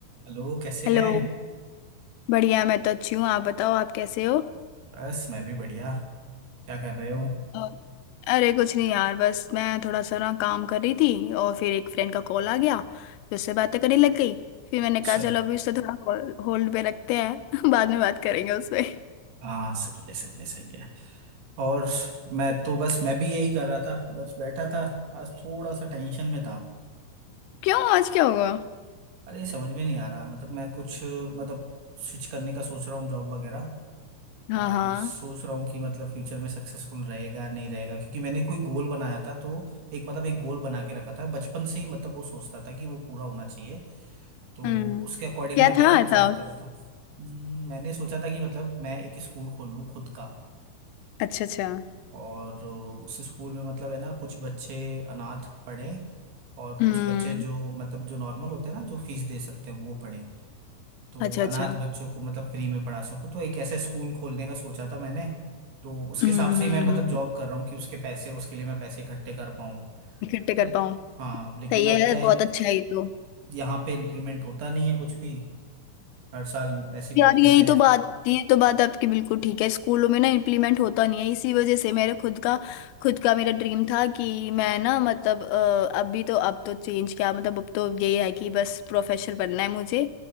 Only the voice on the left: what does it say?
Hello
बढ़िया मैं तो अच्छी हूँ आप बताओ आप कैसे हो
अ, अरे कुछ नहीं यार बस मैं थोड़ा सा ना काम कर रही थी और फिर एक फ्रेंड का कॉल आ गया फिर उससे बातें करने लग गई फिर मैंने
कहा चलो अभी उससे थोड़ा होल्ड पे रखते हैं <laughs> बाद में बात करेंगे उससे <laughs>
क्यों आज क्या हुआ
हाँ
हाँ
हम्म
क्या
था
ऐसा
अच्छा अच्छा
हम्म
अच्छा
अच्छा
हम्म
हम्म
हम्म
इकट्ठे
कर पाऊँ
सही
है
बहुत अच्छा है ये तो
यार
यही
तो बात ये तो बात आपकी बिल्कुल ठीक है स्कूलों में ना इम्प्लीमेंट होता नहीं है इसी वजह से मेरे खुद का खुद का मेरा ड्रीम था कि मैं ना मतलब अ, अभी तो अब तो चेंज क्या मतलब अब तो यही है कि बस प्रोफेसर बनना है मुझे